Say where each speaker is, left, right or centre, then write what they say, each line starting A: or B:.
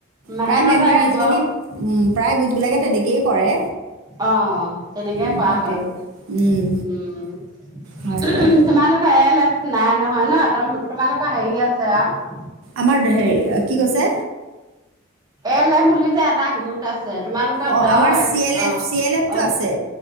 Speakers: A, on the right; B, on the right.
A: মাহেকতহে
B: প্ৰায় মেম্বাৰে
A: দিব
B: আজিকালি উম প্ৰায় গোটবিলাকে তেনেকেই কৰে
A: অ অ অ তেনেকে
B: উম,
A: কৰা
B: সেইটোৱেই
A: হ'লো
B: উম,
A: উম
B: হয় হয়
A: তোমালোকৰ এলেট নাই নহয় ন তোমালোকৰ হেৰি আছে আৱ
B: আমাৰ ধে কি কৈছে?
A: এল এফ বুলি যে এটা গোট আছে তোমালোকৰ
B: অঁ
A: দহ
B: আমাৰ
A: এ
B: C L F C L এফটো আছে